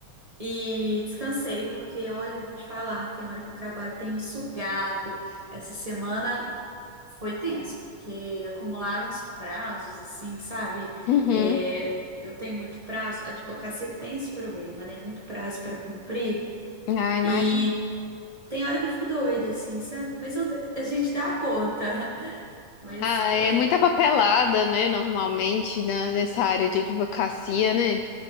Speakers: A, on the right; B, on the left.
A: E descansei, porque olha, eu vou te falar, tem hora que o trabalho tem me sugado. Essa semana foi tenso, porque acumularam os prazos, assim, sabe?
B: Uhum.
A: É, eu tenho muito prazo, a advocacia tem esse problema, né? Muito prazo para cumprir.
B: Ah, imagina.
A: E tem hora que eu fico doida, assim, sabe? Mas eu- a gente dá conta. <laughs> Mas
B: Ah,
A: é,
B: é muita papelada, né? Normalmente, na- nessa área de advocacia, né?